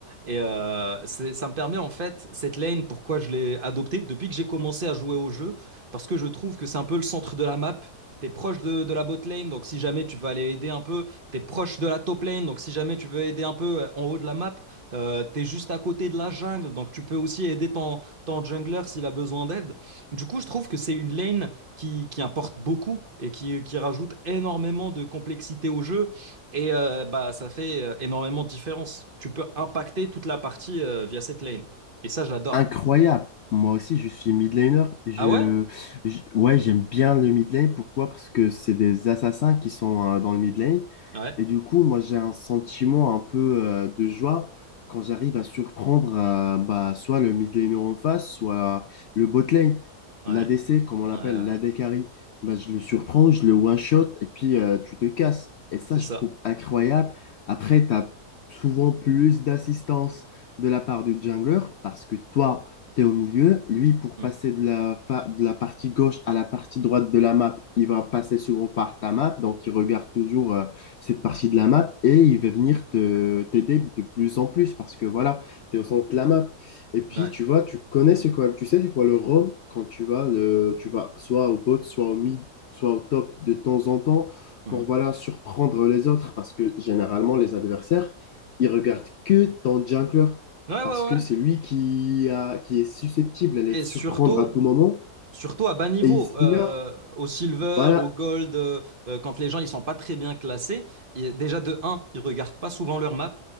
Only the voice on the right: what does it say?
Et euh, c'est- ça me permet, en fait, cette lane, pourquoi je l'ai adoptée depuis que j'ai commencé à jouer au jeu, parce que je trouve que c'est un peu le centre de la map. T'es proche de, de la bot lane, donc si jamais tu veux aller aider un peu, t'es proche de la top lane, donc si jamais tu veux aider un peu euh, en haut de la map, euh, t'es juste à côté de la jungle, donc tu peux aussi aider ton, ton jungler s'il a besoin d'aide. Du coup, je trouve que c'est une lane qui, qui importe beaucoup et qui, qui rajoute énormément de complexité au jeu. Et euh, bah, ça fait euh, énormément de différence. Tu peux impacter toute la partie euh, via cette lane. Et ça, j'adore.
Ah ouais?
Ouais,
ouais,
ouais, ouais. ouais.
C'est
ça.
Mm.
Ouais.
Mhm.
Ouais,
ouais,
ouais.
Et
surtout,
Surtout à bas niveau,
euh,
au silver,
au gold, euh, euh, quand les gens ils sont pas très bien classés, et déjà de un ils regardent pas souvent leur map.